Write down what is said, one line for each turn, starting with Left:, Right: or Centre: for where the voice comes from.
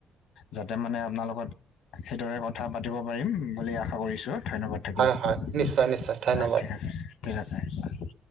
Left: যাতে মানে আপোনা লগত সেইদৰে কথা পাতিব পাৰিম বুলি আশা কৰিছো ধন্যবাদ থাকিল
Right: হয়
Left: অ
Right: হয় নিশ্চয় নিশ্চয় ধন্যবাদ
Left: ঠিক আছে ঠিক আছে অঁ